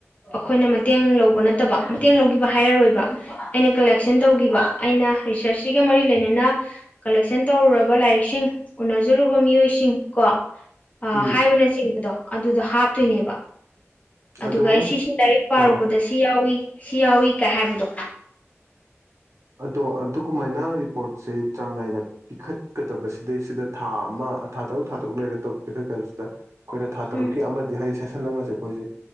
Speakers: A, on the left; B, on the right.
A: ꯑꯩꯈꯣꯏꯅ ꯃꯇꯦꯡ ꯂꯧꯕ ꯅꯠꯇꯕ ꯃꯇꯦꯡ ꯂꯧꯈꯤꯕ ꯍꯥꯏꯔꯔꯣꯏꯕ ꯑꯩꯅ ꯀꯂꯦꯛꯁꯟ ꯇꯧꯈꯤꯕ ꯑꯩꯅ ꯔꯤꯁꯔꯁꯁꯤꯒ ꯃꯔꯤ ꯂꯩꯅꯅ ꯀꯂꯦꯛꯁꯟ ꯇꯧꯔꯨꯔꯕ ꯂꯥꯏꯔꯤꯛꯁꯤꯡ ꯎꯅꯖꯔꯨꯕ ꯃꯤꯑꯣꯏꯁꯤꯡ ꯁꯤꯡ ꯀꯣ ꯑꯥ
B: ꯎꯝ
A: ꯍꯥꯏꯕꯅꯆꯤꯡꯕꯗꯣ ꯑꯗꯨꯗꯣ ꯍꯥꯞꯇꯣꯏꯅꯦꯕ ꯑꯗꯨꯒ
B: ꯑꯗꯣ
A: ꯑꯩ ꯁꯤꯁꯤ ꯂꯥꯏꯔꯤꯛ ꯄꯥꯔꯨꯕꯗ
B: ꯑꯥ
A: ꯁꯤ ꯌꯥꯎꯏ ꯁꯤ ꯌꯥꯎꯋꯤ ꯀ ꯍꯥꯏꯕꯗꯣ
B: ꯑꯗꯣ ꯑꯥꯠ ꯑꯗꯨ ꯀꯃꯥꯏꯅ ꯔꯤꯄꯣꯔꯠꯁꯦ ꯆꯥꯡ ꯅꯥꯏꯅ ꯄꯤꯈꯠꯀꯗꯕꯁꯤꯗꯩ ꯁꯤꯗ ꯊꯥ ꯑꯃ ꯊꯥ ꯇꯔꯨꯛ ꯊꯥ ꯇꯔꯨꯛ ꯂꯩꯔ ꯇ ꯄꯤꯈꯠꯀꯗꯕꯁꯤꯗ ꯑꯩꯈꯣꯏꯅ ꯊꯥ ꯇꯔꯨꯛꯀꯤ
A: ꯎꯝ
B: ꯑꯃꯗꯤ ꯍꯥꯏꯗꯤ ꯁꯦ ꯍꯟꯅꯃꯁꯦ ꯑꯩꯈꯣꯏꯁꯦ